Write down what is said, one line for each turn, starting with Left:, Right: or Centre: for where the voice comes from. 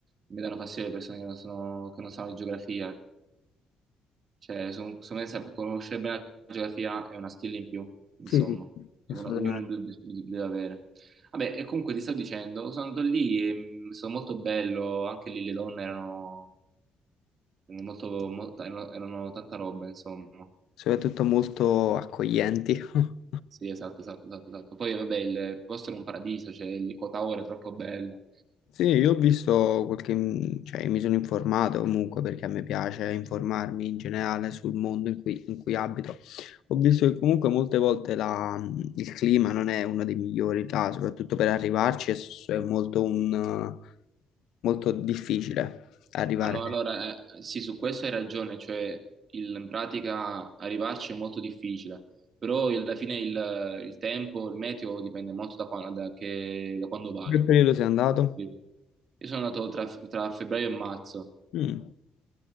Right: Mi danno fastidio le persone che non sono- che non sanno di geografia. Cioè, su- secondo me sap- conoscere bene la geografia è una skill in più, insomma,
Left: Sì, sì,
Right: che
Left: assolutamente.
Right: uno- ognuno de- de- deve avere. Vabbè, e comunque ti stavo dicendo, sono andato lì, e, mh, è stato molto bello, anche lì le donne erano, erano molto, mo- erano, erano tanta roba, insomma.
Left: Soprattutto molto accoglienti. <laughs>
Right: Sì, esatto, esatto, esatto, esatto. Poi vabbè, il posto era un paradiso, cioè il Kota Ora è troppo bello.
Left: Sì, io ho visto qualche, cioè mi sono informato comunque perché a me piace informarmi in generale sul mondo in cui, in cui abito. Ho visto che comunque molte volte la- il clima non è uno dei migliori là, soprattutto per arrivarci è, s- è molto, un, molto difficile arrivare.
Right: Ah, no, Allora, eh, sì, su questo hai ragione, cioè il- in pratica arrivarci è molto difficile, però il- alla fine il, il tempo, il meteo dipende molto da quando, da che- da quando vai.
Left: In che periodo sei andato?
Right: Sì. Io sono andato tra, tra febbraio e marzo,
Left: Mm.